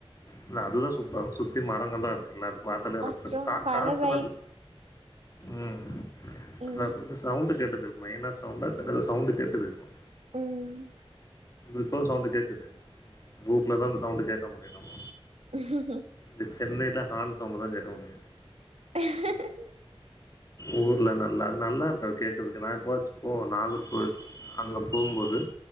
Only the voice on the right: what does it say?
அப்றம்
பறவை
ம்
ம்
ஹ <inaudible>
அஹ